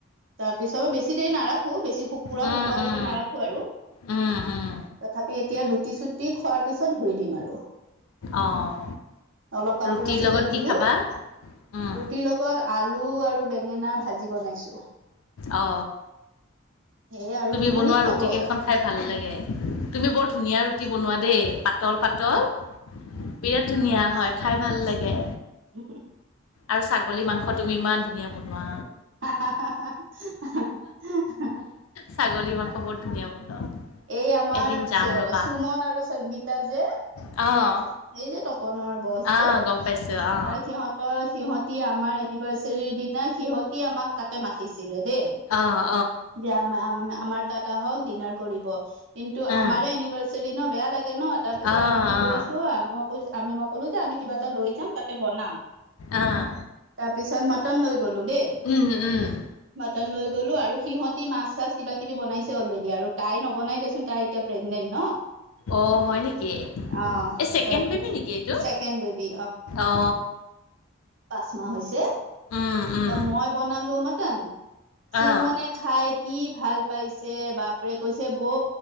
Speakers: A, on the right; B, on the left.
A: তাৰপিছত মই বেছি দেৰি নাৰাখো বেছি শুকুৰা
B: উম
A: শুকোৱালৈকে
B: উম
A: নাৰাখো আৰু।
B: উম উম
A: তথাপি এতিয়া ৰুটি চুটি খোৱাৰ পিছত ধুই দিম আৰু।
B: অঁ
A: অলপ কাপোৰ
B: ৰুটিৰ
A: আছিলে
B: লগত
A: ধুলো
B: কি খাবা উম
A: ৰুটিৰ লগত আ লু আৰু বেঙেনাৰ ভাজি বনাইছো।
B: অ
A: সেয়ে আৰু
B: তুমি
A: পুৰি
B: বনোৱা
A: খাব
B: ৰুটি
A: অ
B: কেইখন খাই ভালে লাগে। তুমি বৰ ধুনীয়া ৰুটি বনোৱা দেই পাতল পাতল বিৰাট ধুনীয়া হয়। খাই ভাল লাগে।
A: উ।
B: আৰু ছাগলী মাংস তুমি ইমান ধুনীয়া বনোৱা।
A: হা হা হা
B: ছাগলী মাংস বহুত ধুনীয়া বনোৱা।
A: এই আমাৰ
B: এদিন যাম ৰ'বা
A: সুমন আৰু সংগীতা যে
B: আহ
A: এই যে তপনৰ বছ
B: আহ
A: যে
B: গম পাইছো আহ
A: তাৰ সিহঁতৰ সিহঁতি আমাৰ এনিভাৰ্চাৰীৰ দিনা সিহঁত সি আমাক তাতে মাতিছিলে দেই
B: আহ
A: যে আমাৰ আমাৰ তাত আহক ডিনাৰ কৰিব কিন্তু
B: আহ
A: আমাৰে এনিভাচেৰী ন বেয়া লাগে। ন তাৰ পিছত
B: আহ আহ
A: আমি কি কৰিছো মই আমি মই ক'লো যে আমি কিবা এটা লৈ যাম তাতে বনাম।
B: আহ।
A: তাৰপিছত মটন লৈ গলো দেই।
B: উম উম।
A: বাটাৰ লৈ গ'লো আৰু সিহঁতি মাছ চাছ কিবা কিবি বাইছে অলৰেডি আৰু তাই নবনাই দেচোন তাই এতিয়া প্ৰেগনেট ন।
B: অ হয় নেকি।
A: অ
B: এই চেকেণ্ড
A: তাৰপিছ
B: বেবি নেকি এইটো
A: ছেকেণ্ড বেবী
B: অ।
A: পাঁচ মাহ হৈছে
B: উম উম
A: মই বনালো মটন। সুমনে
B: আহ
A: খাই কি ভাল পাইছে বাপেৰে কৈছে বৌ